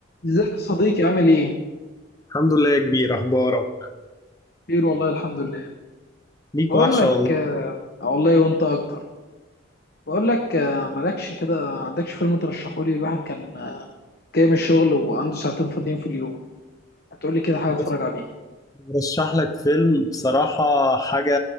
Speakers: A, on the left; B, on the left.
A: ازيك يا صديقي عامل ايه؟
B: الحمد لله يا كبير اخبارك
A: خير والله الحمد لله
B: ليك
A: بقول
B: وحشه
A: لك
B: والله
A: آه آه، والله وانت اكتر بقول لك آه مالكش كده عندكش فيلم ترشحه لي الواحد كان آه، جاي من الشغل وعنده ساعتين فاضيين في اليوم هتقول لي كده حاجه
B: بص
A: اتفرج عليه
B: برشح لك فيلم بصراحه حاجه